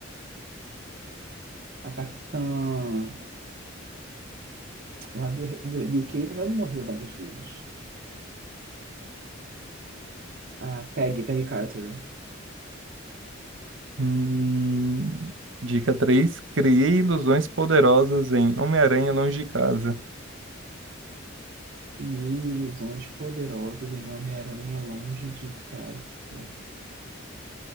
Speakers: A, on the right; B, on the right.
A: A Capitã lá do, do UK, mas ela não morreu várias vezes. A Peggy, Peggy Carter.
B: Hum, Dica 3: Criei ilusões poderosas em Homem-Aranha Longe de Casa.
A: Crie ilusões poderosas em Homem-Aranha longe de casa.